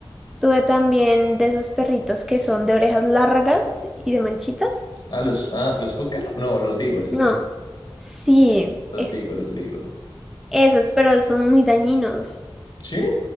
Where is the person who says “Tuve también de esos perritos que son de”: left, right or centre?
Centre